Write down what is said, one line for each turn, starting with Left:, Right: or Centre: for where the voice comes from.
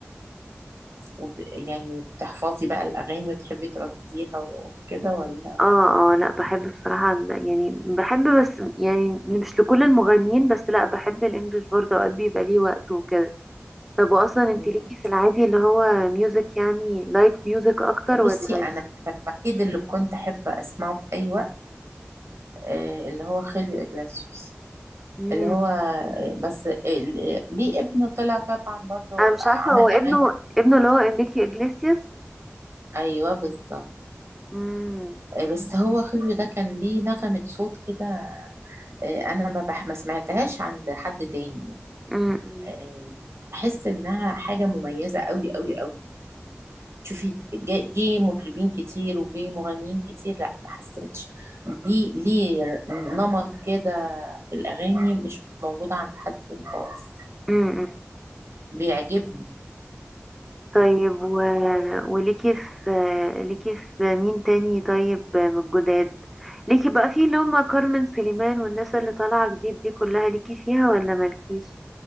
Right: وب... يعني بتحفظي بقى الأغاني وتحبي ترديها وكده ولا
Centre: اه اه لا بحب بصراحة ال- يعني بحب بس يعني مش لكل المغنيين بس لا بحب الانجليش برضه اوقات بيبقى ليه وقته وكده طب واصلا انت
Right: مم.
Centre: ليكي في العادي اللي هو ميوزك يعني لايت ميوزك اكتر ولا
Right: بصي أنا أنا الوحيد اللي كنت أحب أسمعه في أي وقت آه، اللي هو خيليو إجلاسيوس
Centre: امم
Right: اللي هو آه، بس آه، ليه ابنه طلع طبعا برضه
Centre: انا مش
Right: آه، عمل
Centre: عارفة هو ابنه
Right: أغاني
Centre: ابنه اللي هو انريكي اجليسياس
Right: أيوه بالظبط
Centre: امم
Right: آه، بس هو خيليو ده كان ليه نغمة صوت كده آه، أنا ما, بح... ما سمعتهاش عند حد تاني يعني
Centre: امم
Right: آه، بحس إنها حاجة مميزة أوي أوي أوي يعني شوفي جا- جه مطربين كتير وجه مغنيين كتير لا ما حسيتش ليه ليه نمط كده في الأغاني مش موجود عند حد تاني خالص
Centre: امم
Right: بيعجبني
Centre: طيب و... وليكي في ليكي في مين تاني طيب من الجداد ليكي بقى في اللي هم كارمن سليمان والناس اللي طالعة جديد دي كلها ليكي فيها ولا مالكيش